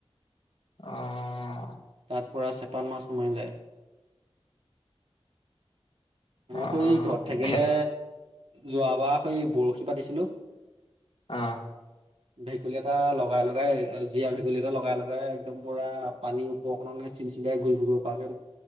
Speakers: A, on the left; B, on the right.
A: অ!
B: তাত পৰা চেপাল মাছ মাৰ যায়। <unintelligible>
A: অ অ
B: ঘৰত থাকিলে।
A: ভে
B: যোৱাবাৰ সেই বৰশী পাতিছিলোঁ।
A: অ'!
B: ভেকুলী এটা লগাই, লগাই। জীয়া ভেকুলী এটা লগাই, লগাই একদম পুৰা পানী ওপৰ খনত চিল চিলাই ঘূৰি ফূৰিব পৰাকে